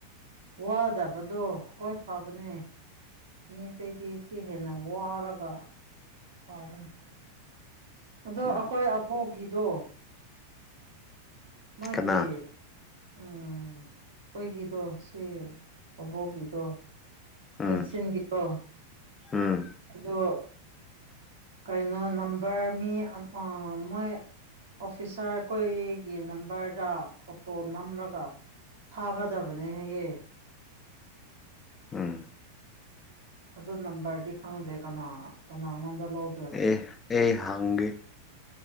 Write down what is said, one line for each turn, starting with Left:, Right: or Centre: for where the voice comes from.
Right: ꯋꯥꯗꯕꯗꯣ ꯀꯣꯏ ꯐꯕꯅꯦ ꯃꯤ ꯑꯇꯩꯗꯤ ꯁꯤ ꯍꯦꯟꯅ ꯋꯥꯔꯒ ꯐꯕꯅꯦ ꯑꯗꯣ
Left: ꯎꯝ
Right: ꯑꯩꯈꯣꯏ ꯑꯕꯣꯛꯀꯤꯗꯣ ꯃꯥꯒꯤ
Left: ꯀꯅꯥ
Right: ꯎꯝ ꯑꯩꯈꯣꯏꯒꯤꯗꯣ ꯁꯤ ꯑꯕꯣꯛꯀꯤꯗꯣ ꯄꯦꯟꯁꯤꯟꯒꯤꯗꯣ
Left: ꯎꯝ ꯎꯝ
Right: ꯑꯗꯣ ꯀꯩꯅꯣ ꯅꯝꯕꯔ ꯃꯤ ꯃꯣꯏ ꯑꯣꯐꯤꯁꯥꯔꯈꯣꯏꯒꯤ ꯅꯝꯕꯔꯗ ꯐꯣꯇꯣ ꯅꯝꯂꯒ ꯊꯥꯒꯗꯕꯅꯦ ꯍꯥꯏꯌꯦ
Left: ꯎꯝ
Right: ꯑꯣ ꯅꯝꯕꯔꯗꯤ ꯈꯪꯗꯦ ꯀꯅꯥ ꯀꯅꯥꯉꯣꯟꯗ ꯂꯧ
Left: ꯑꯦ ꯑꯩ ꯍꯡꯒꯦ